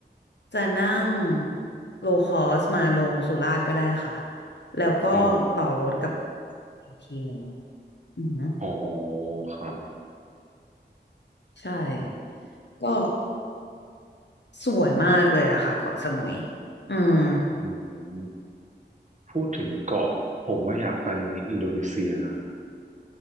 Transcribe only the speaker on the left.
จะนั่งโลคอสมาลงสุราษฎร์ก็ได้ค่ะแล้วก็ต่อรถกับ
อีกทีหนึ่งอือหือ
ใช่ก็สวยมากเลยอะค่ะเกาะสมุยอืม